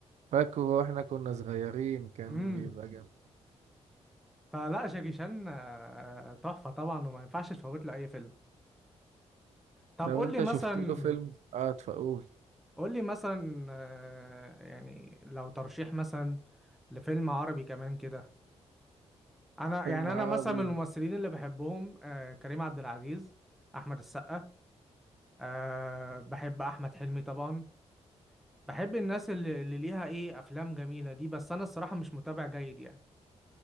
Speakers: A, on the right (about 80°); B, in the centre.
A: فاكره واحنا كنا صغيرين كان
B: امم
A: بيبقى جميل
B: فلا شاكي شان آه، تحفه طبعا وما ينفعش تفوت له اي فيلم طب
A: لو
B: قول
A: انت
B: لي مثلا
A: شفت له فيلم اه تقول
B: قول لي مثلا آه، يعني لو ترشيح مثلا لفيلم عربي كمان كده انا
A: فيلم
B: يعني انا
A: عربي
B: مثلا من الممثلين اللي بحبهم آه، كريم عبد العزيز احمد السقا أه بحب احمد حلمي طبعا بحب الناس اللي, اللي ليها ايه افلام جميله دي بس انا الصراحه مش متابع جيد يعني